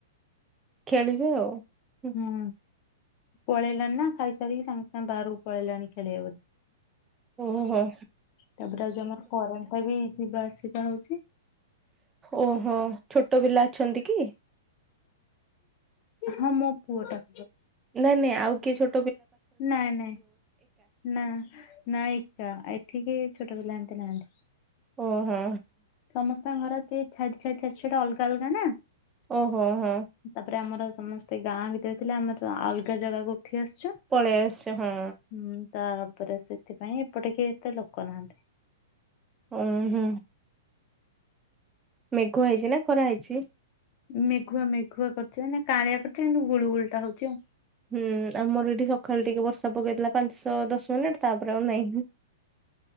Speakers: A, on the right; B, on the left.
A: ଖେଳିବେ ଆଉ। <unintelligible>
B: ହୁଁ ପଳେଇଲାଣି ନା ଖାଇସାରିକି ସାଙ୍ଗେ ସାଙ୍ଗେ ବାହାରକୁ ପଳେଇଲାଣି ଖେଳିବ ବୋଲି।
A: ଓହୋ ହୁଁ।
B: ତାପରେ ଆଜି ଆମର କରେଣ୍ଟଟା ବି ଯିବା ଆସିବା ହୋଉଛି।
A: ଓହୋ ଛୋଟ ପିଲା ଅଛନ୍ତି କି?
B: ହଁ ମୋ ପୁଅଟା।
A: ନାଇଁ ନାଇଁ ଆଉ କିଏ ଛୋ
B: ନାଇଁ ନାଇଁ ନା ନା ଏକା ଆ ଏଠି କେହି ଛୋଟ ପିଲା ନାହାନ୍ତି।
A: ଓହୋ।
B: ସମସ୍ ତଙ୍କ ଘରକେ ଛାଡ ଛାଡ ଛାଡି ଛୁଡା ଅଲଗା ଅଲଗା ନା।
A: ଓହୋ ହଁ
B: ତାପରେ ଆମର ସମସ୍ତେ ଗାଁ ଭିତରେ ଥିଲେ ଆମେତ ଆ ଅଲଗା ଜାଗାକୁ ଉଠି ଆସିଛୁ।
A: ପଳେଇ ଆସୁଚ ହଁ।
B: ହୁଁ ତାପରେ ସେଥିପାଇଁ ଏପଟ କେହି ଏତେ ଲୋକ ନାହାନ୍ତି।
A: ଉଁହୁଁ। ମେଘ ହେଇଚି ନା ଖରା ହେଇଛି।
B: ମେଘୁଆ ମେଘୁଆ କରଚି ନା କାଁଳିଆ କରଚି କିନ୍ତୁ ଗୁଳୁଗୁଳିଟା ହୋଉଚି ଆଉ।
A: ହୁଁ ଆମର ଏଠି ସଖାଳୁ ଟିକେ ବର୍ଷା ପକେଇଥିଲା ପାଞ୍ଚ ଦଶ ମିନିଟ ତାପରେ ଆଉ ନାହିଁ।